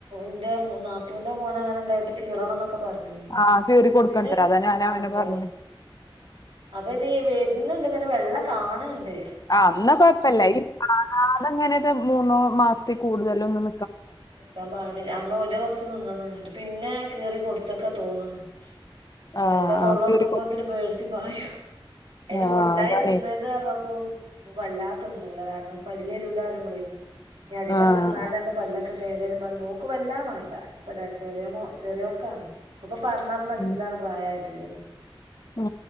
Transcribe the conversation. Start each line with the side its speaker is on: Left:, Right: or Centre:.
Right: ൻ്റെ നാത്തൂന്റെ മോന അങ്ങനെ ഉണ്ടായിട്ട് കീറണം ന്നൊ ക്കെ പർഞ്ഞീനി
Left: ആഹ് കീറി കൊടുക്കണത്രെ
Right: പിന്നെ
Left: അതാ ഞാൻ അങ്ങനെ
Right: അതെ
Left: പറഞ്ഞെ
Right: ആ അപ്പൊ ഇനി വര്ന്ണ്ട് ഇങ്ങനെ വെള്ള കാണ്ണ്ട്
Left: ആ ന്ന കൊഴപ്പല്ല ഈ കാണാതെങ്ങനെ ഒരു മൂന്നോ മാസത്തിൽ കൂടുതല്
Right: ആഹ്
Left: ഒന്നും
Right: നിക്കാൻ പാടില്ല അന്ന് ഓന്റെ കൊറച്ച് നിന്ന്ണ് പിന്നെ കീറി കൊടുത്തക്കാ തോന്നന്ന് ഇതൊക്കെ
Left: ആഹ്
Right: തോള്ളർക്കുമ്പോത്തിന്
Left: ആഹ് കീറി കൊടു
Right: പേട്ച്ച് പായ അയ്ന്
Left: ആഹ്
Right: മുട്ടായി
Left: അതാണെ
Right: തിന്ന ഇത് പർഞ്ഞപ്പ ഇപ്പൊ വല്ലാത തിന്നുലാ കാരണം പല്ലരൂല ന്നറിമ്പളയ് നി അധികം
Left: ആഹ്
Right: തിന്നാലന്റെ പല്ല ക്കെ കേടരും പറിമ്പോക്ക് വല്ലാ മാണ്ട ഇപ്പ ചെറിയ ചെറിയോക്കാണ് ഇപ്പൊ പറഞ്ഞാലും മനസ്സിലാവുന്ന
Left: ഉം
Right: പ്രായ ആയിട്ടില്ലല്ലോ
Left: ഉം